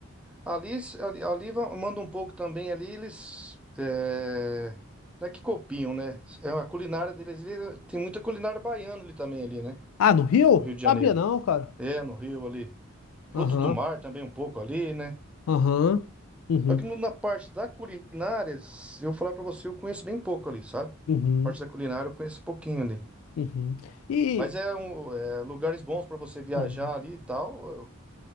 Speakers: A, in the centre; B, on the left (about 80°).
A: ali, se- ali, ali va- manda um pouco também, ali eles, é, não é que copiam, né? É a culinária deles, ali, tem muita culinária baiana ali também, ali, né?
B: Ah, no Rio?
A: No Rio de Janeiro.
B: Sabia não, cara.
A: É, no Rio ali. Frutos
B: Aham,
A: do mar também um pouco ali, né?
B: aham, uhum,
A: Só que no- na parte da culinária, se eu falar pra você, eu conheço bem pouco ali, sabe?
B: uhum.
A: Parte da culinária eu conheço pouquinho ali.
B: Uhum. E
A: Mas é, um- é, lugares bons pra você viajar
B: uhum.
A: ali e tal.